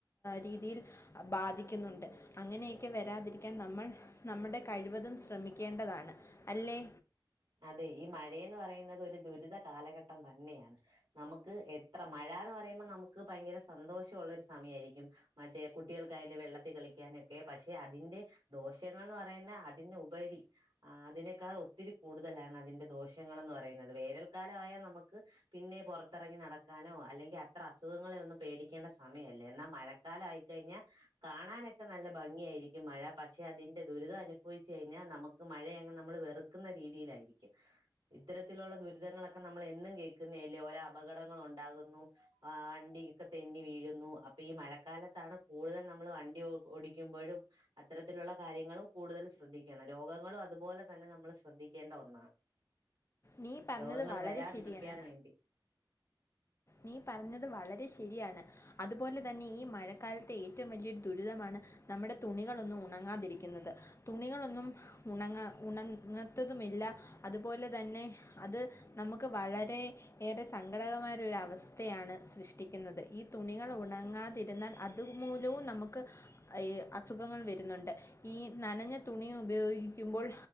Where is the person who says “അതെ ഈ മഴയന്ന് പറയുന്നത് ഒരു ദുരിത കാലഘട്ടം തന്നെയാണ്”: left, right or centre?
Right